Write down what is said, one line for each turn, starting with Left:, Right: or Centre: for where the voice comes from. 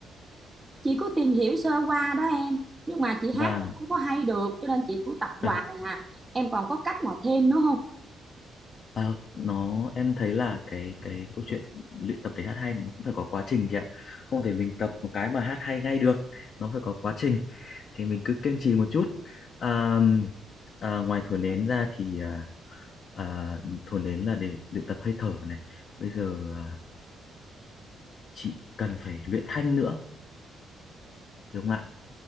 Right: chị có tìm hiểu sơ qua đó em nhưng mà chị hát
Left: vâng
Right: không có hay được cho nên chị cũng tập hoài
Left: <laughs>
Right: hà em còn có cách nào thêm nữa không
Left: À, nó em thấy là cái cái câu chuyện luyện tập để hát hay nó cũng phải có quá trình chị ạ không thể mình tập một cái mà hát hay ngay được nó phải có quá trình thì mình cứ kiên trì một chút à, à, ngoài thổi nến ra thì à, à, thổi nến là để luyện tập hơi thở này bây giờ à, chị cần phải luyện thanh nữa được không ạ